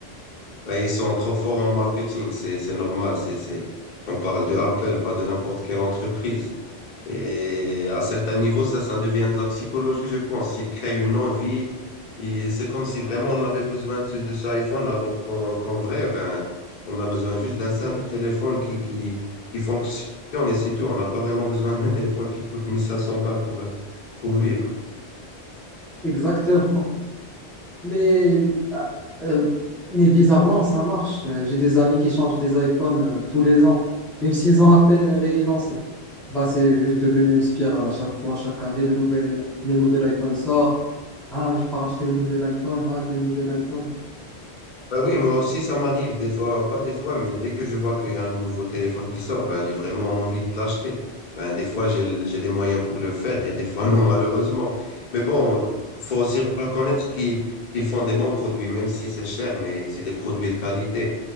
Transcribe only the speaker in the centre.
Exactement. Mais, euh, euh, mais bizarrement, ça marche. Euh, J'ai des amis qui changent des iPhones euh, tous les ans, même s'ils ont à peine réélancé. Bah, c'est juste devenu une spirale à chaque fois, chaque année, le nouvel, le nouvel iPhone sort. Ah, je peux racheter le nouvel iPhone. Ah, j'ai le nouvel iPhone.